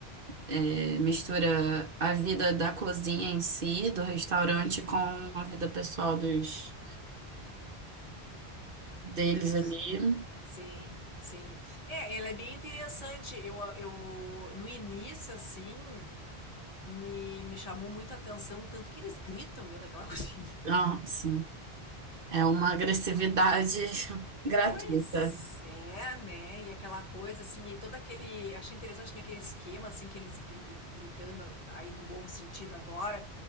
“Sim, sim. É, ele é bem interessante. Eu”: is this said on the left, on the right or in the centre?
Left